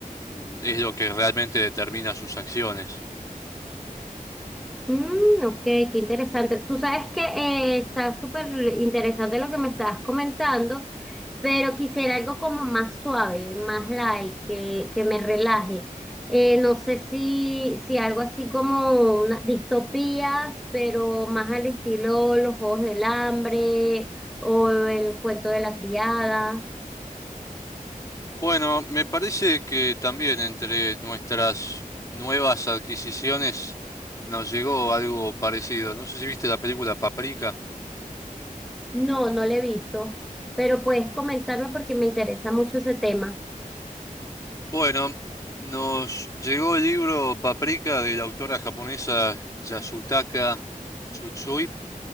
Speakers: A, on the left (about 25°); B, in the centre.
A: mm, es lo que realmente determina sus acciones.
B: Mm, ok, qué interesante. Tú sabes que eh, está súper interesante lo que me estás comentando. pero quisiera algo como más suave, más light, que, que me relaje. Eh, no sé si, si algo así como una, distopías, pero más al estilo Los Juegos del Hambre o El Cuento de la Criada.
A: Bueno, me parece que también entre nuestras nuevas adquisiciones nos llegó algo parecido. No sé si viste la película Paprika.
B: No, no lo he visto, pero puedes comentarme porque me interesa mucho ese tema.
A: Bueno, nos llegó el libro Paprika de la autora japonesa Yasutaka Tsutsui